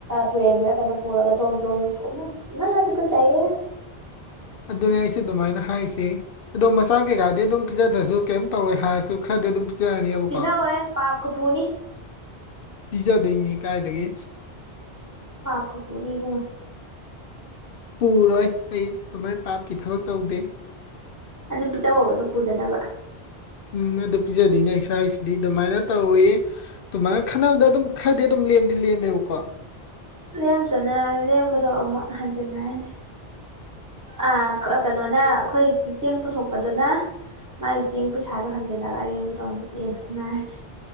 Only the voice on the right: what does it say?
ꯇꯨꯔꯦꯟꯗꯨꯗ ꯀꯩꯅꯣ ꯄꯨꯔꯒ ꯖꯣꯝ ꯖꯣꯝ ꯢꯃꯥ ꯢꯃꯥ ꯇꯨꯀꯠꯆꯩꯌꯦ
ꯄꯤꯖꯧꯍꯦ ꯄꯥꯞ ꯀꯄꯨꯨꯅꯤ
ꯄꯥꯞꯀ ꯄꯨꯅꯤ ꯢꯕꯨꯡꯉꯣ
ꯑꯗꯨ ꯄꯖꯧꯕ ꯑꯗꯨ ꯄꯨꯗꯅꯕ
ꯂꯦꯝꯖꯅ ꯂꯦꯝꯕꯗꯣ ꯑꯃꯨꯛ ꯍꯟꯖꯟꯅꯔꯅꯤ ꯑ ꯀꯩꯅꯣꯅ ꯑꯩꯈꯣꯏꯒꯤ ꯆꯦꯡ ꯄꯨꯊꯣꯛꯄꯗꯨꯅ ꯃꯥꯒꯤ ꯆꯦꯡ ꯄꯩꯁꯥꯗꯨꯣ ꯍꯟꯖꯤꯜꯂꯒ ꯑꯔꯦꯝꯕꯗꯣ ꯑꯃꯨꯛ ꯌꯦꯟꯊꯣꯛꯅꯔꯅꯤ